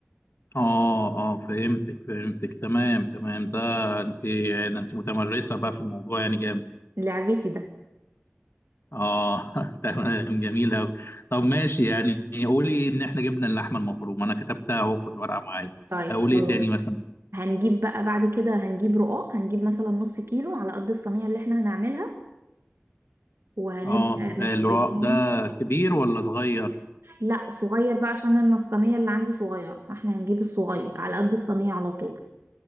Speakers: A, on the left; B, on the right.
A: اه اه فهمتك فهمتك تمام تمام ده انت ده انت متمرسه بقى في الموضوع يعني جامد
B: لعبتي ده
A: اه <laughs> تمام جميل قوي طب ماشي يعني قولي ان احنا جبنا اللحمه المفرومه انا كتبتها اهو في الورقه معايا
B: طيب
A: اقول
B: خلاص
A: ايه تاني مثلا
B: هنجيب بقى بعد كده هنجيب رقاق هنجيب مثلا نص كيلو على قد الصينية اللي احنا هنعملها وهنبقى
A: اه
B: محتاجين
A: الرق ده كبير ولا صغير
B: لا صغير بقى عشان أنا الصينية اللي عندي صغيرة فاحنا هنجيب الصغير على قد الصينية على طول